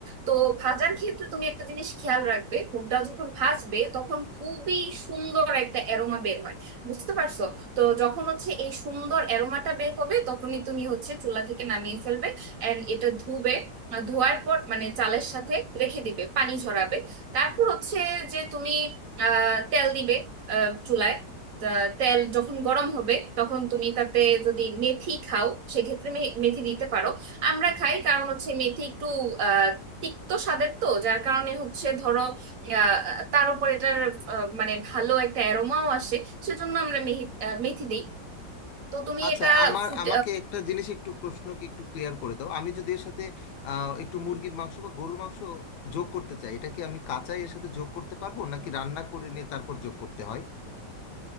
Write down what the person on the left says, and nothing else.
আচ্ছা
আমার
আমাকে একটা জিনিস একটু প্রশ্নকে একটু ক্লিয়ার করে দাও আমি যদি এর সাথে আহ, একটু মুরগির মাংস বা গরুর মাংস যোগ করতে চাই এটা কি আমি কাঁচাই এর সাথে যোগ করতে পারবো নাকি রান্না করে নিয়ে তারপর যোগ করতে হয়